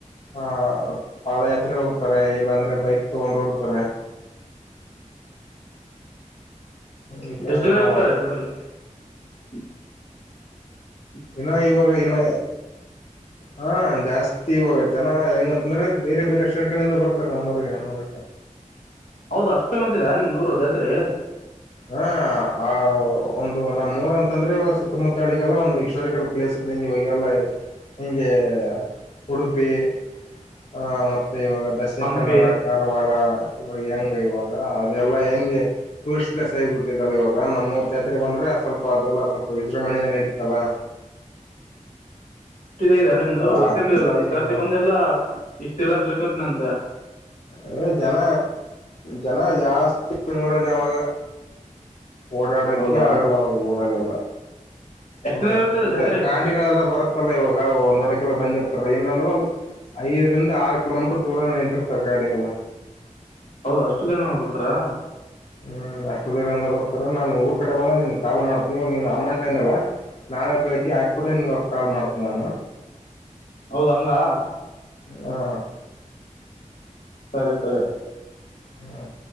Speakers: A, on the left; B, on the left.
A: ಆಹ ಪಾದಯಾತ್ರೆ ಹೋಗ್ತಾರೆ. ಇಲ್ಲಾಂದ್ರೆ ಬೈಕ್ ತಗೊಂಡ್ ಹೋಗ್ತಾರೆ. ಈ ತರ
B: ಎಷ್ಟು...? ಜನ
A: ಎಲ್ಲಾ
B: ಇರ್ತಾರೆ
A: ಮಾಡ್ತಾರೆ
B: ಟೋಟಲಿ. ಹ್ಮ,,,
A: ಇನ್ನ ಇವಾಗ, ಇನ್ನ ಹಾ.... ! ಜಾಸ್ತಿ. ತಿ ಇವಾಗ ಜನ ಹೆಂಗಂತಂದ್ರೆ ಬೇರೆ ಬೇರೆ ಶಷರ್ಖೆಯಿಂದ ಬರ್ತಾರೆ ನಮ್ಮೂರಿಗೆ ನೋಡ್.
B: ಹೌದು... ಅಷ್ಟ್ ಫೇಮಸ್ ಇದೇನಾ ನಿಮ್ ನಿಮ್ಮೂರ ಜಾತ್ರೆ.
A: ಹ ಆ ಒಂದು ನಮ್ಮ್ ಮೂರ್ ಅಂತಂದ್ರೆ ಇವಾಗ ಸುತ್ತಮುತ್ತಲಿಗೆಲ್ಲ ಒಂದು ಹಶ್ಟೋಾರಿಕಲ್ ಪ್ಲೇಸ್ ಇದ್ದಂಗೆ ಇವಾಗಲ್ಲ ಹಂಗೆ ಉಡುಪಿ ಆ ಮ. ಮತ್ತೆ ಇವಾಗ ದಕ್ಷಿಣ
B: ಹಂಪಿ
A: ಕನ್ನಡ ಕಾರವಾರ ಇವಾಗ ಹೆಂಗ ಇವಾಗ ಅದೆಲ್ಲಾ ಹೆಂಗ. <inaudible> ಲಸ್ ಹಗಿಬಿಟ್ಟಿದಲ್ಲ ಇವಾಗ ನಮ್ಮೂರ್ ಜಾತ್ರೆ ಬಂದ್ರೆ, ಸ್ವಲ್ಪ ಅದೆಲ್ಲ ಸ್ವಲ್ಪ ವಿಜೃಂಭಣೆಯಿಂದ ನಡೀತಲ್ಲ.
B: ಇದೆ ನಿಮ್ದು
A: ಅದಾ
B: ಗೊತ್ತಿರ್ಲಿಲ್ಲಲ್ಲ, ಈ ಸರ್ತಿ
A: ಹ
B: ಬಂದೆಲ್ಲಾ... ! ಇಷ್ಟೆಲ್ಲ ತಿಳ್ಕೊಂತನ ಅಂತೆ.
A: ಹ ಜನ ಜನ ಜಾಸ್ತಿ ಮೂರಲ್ಲಿ ಯಾಗ? ಓಡಾಡಕ್ಕೆೆ
B: ಹೌದಾ
A: ಆಗಲ್ಲ ಅವ್ರ ಊರಲ್ಲೆಲ್ಲ..
B: ಎಷ್ಟು
A: ಹ
B: ದಿನ ಇರುತ್ತೆ ಅದು ಜಾತ್ರೆ
A: ಗಾಡಿಗಳೆಲ್ಲ ಬರುತ್ತಲ್ಲ ಇವಾಗ ನೋಡಕ? ಬಂದಿರ್ತಾರೆ ಇಏನ್,,,, ಅಂದ್ರೆ ಒಂದು ಐದರಿಂದ ಆರು ಕಿಲೋಮೀಟರ್ ದೂರ ನಿಂತಿರ್ತ ಗಾಡಿ ಎಲ್ಲ.
B: ಹೌದ... ಅಷ್ಟು ಜನ ಬರ್ತಾರಾ?
A: ಹ್ಮ್ ಅಷ್ಟು ದೂರಂದ ಬರ್ತಾರೆ ನಾನು ಊರ್ ಕಡೆ ಬಂದ ನಿನ್ ಕಾಲ್ ಮಾಡ್ತನಿ ನಿನ್ ಅಮೌಂಟ್ ಅಂದಲ್ಲಾ, ನಾಳೆ ಬೆಳಿಗ್ಗೆ ಆಾಕಬಿಡನ್ ಕಾಲ್ ಮಾಡ್ತಿ ನಾನು.
B: ಹೌದ್ ಹಂಗ.... !
A: ಹಾ....
B: ಸರಿ... ಸರಿ...
A: ಹ್ಮ